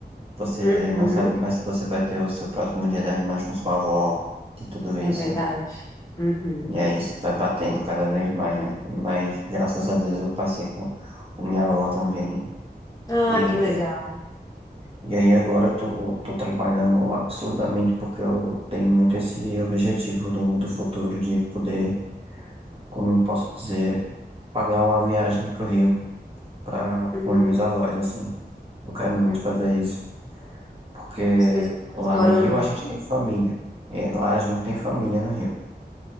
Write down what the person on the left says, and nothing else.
Uhum,
é verdade. Uhum.
Ah,
que
legal.
Uhum,
uhum.
Seus avós
moram
no
Rio?